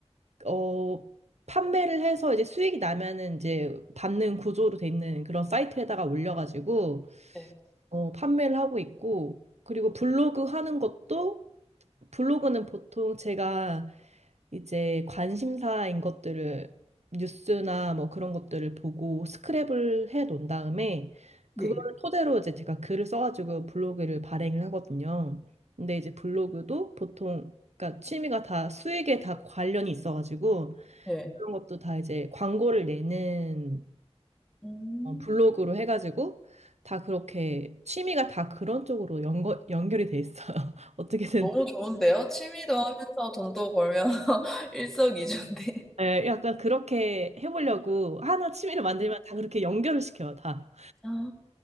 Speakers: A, on the right; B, in the centre.
A: 어 판매를 해서 이제 수익이 나면은 이제 받는 구조로 돼 있는 그런 사이트에다가 올려가지고
B: 네.
A: 어, 판매를 하고 있고, 그리고 블로그 하는 것도, 블로그는 보통 제가 이제 관심사인 것들을, 뉴스나 뭐 그런 것들을 보고 스크랩을 해 놓은 다음에,
B: 네.
A: 그거를 토대로 이제 제가 글을 써가지고 블로그를 발행을 하거든요. 근데 이제 블로그도 보통, 그러니까 취미가 다 수익에 다 관련이 있어가지고,
B: 네.
A: 그런 것도 다 이제 광고를 내는
B: 음.
A: 어, 블로그로 해가지고 다 그렇게 취미가 다 그런 쪽으로 연거, 연결이 돼 있어요. <laughs> 어떻게든
B: 너무 좋은데요? 취미도 하면서 돈도 벌면 <laughs> 일석이조인데.
A: 예, 약간 그렇게 해보려고 하나 취미를 만들면 다 그렇게 연결을 시켜요, 다.
B: 아,